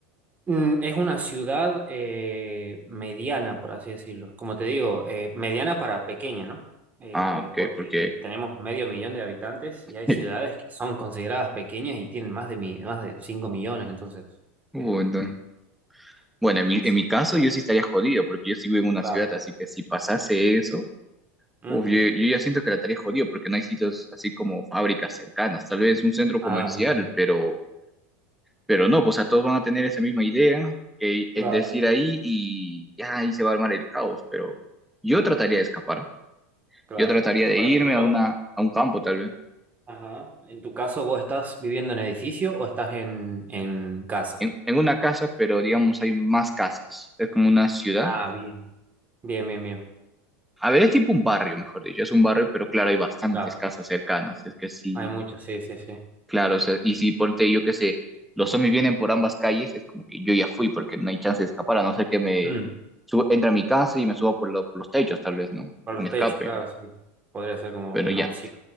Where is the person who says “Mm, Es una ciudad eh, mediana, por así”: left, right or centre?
Right